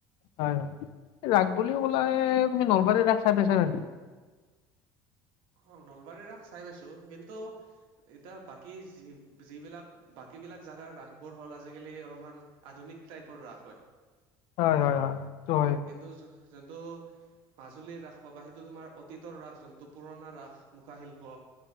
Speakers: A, on the left; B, on the right.
A: হয় হয়, ৰাস বুলি কলেই তুমি নলবাৰীত ৰাস চাই পাইছা নে নাই?
B: অ নলবাৰীৰ ৰাস চাই পাইছো কিন্তু এতিয়া বাকী যি যিবিলাক বাকী বিলাক জাগাৰ ৰাস বোৰ হ'ল আজিকালি অলমান আধুনিক টাইপৰ ৰাস হয়।
A: হয়, হয়, হয়, সেইটো হয়।
B: কিন্তু যোনটো মাজুলীৰ ৰাস পাবা সেইটো তোমাৰ অতীতৰ ৰাস যোন ত' পুৰণা ৰাস মুখা শিল্প